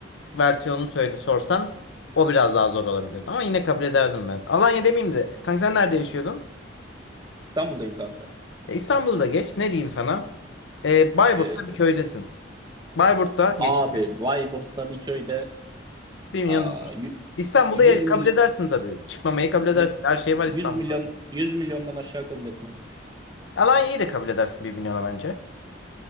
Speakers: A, on the left; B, on the right.
A: versiyonunu söyle sorsan o biraz daha zor olabilirdi. Ama yine kabul ederdim ben. Alanya demeyeyim de. Kanka sen nerede yaşıyordun?
B: İstanbul'dayım kanka.
A: E, İstanbul'da geç. Ne diyeyim sana? E, Bayburt'ta
B: Ee,
A: bir köydesin. Bayburt'ta
B: abi
A: yeşil.
B: Bayburt'ta bir köyde
A: 1
B: aa,
A: milyon dolar.
B: yü-
A: İstanbul'da
B: 100
A: ya-
B: mil,
A: kabul edersin tabii. Çıkmamayı kabul
B: yü-
A: edersin. Her şey var
B: 100
A: İstanbul'da.
B: milyon 100 milyondan aşağı kabul etmem.
A: Alanya'yı da kabul edersin bir milyona bence.